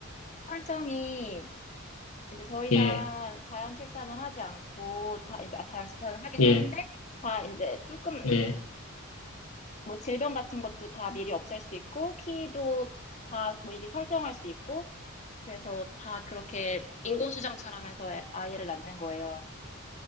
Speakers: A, on the left; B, on the left.
A: 설정이 이제 더 이상
B: 예.
A: 자연 출산을 하지 않고 다 이제 아, 자연 출산을 하긴
B: 예.
A: 하는데 다 이제 조금
B: 예.
A: 뭐 질병 같은 것도 다 미리 없앨 수 있고 키도 다 미리 설정할 수 있고 그래서 다 그렇게 인공수정처럼 해서 애- 아이를 낳는 거예요.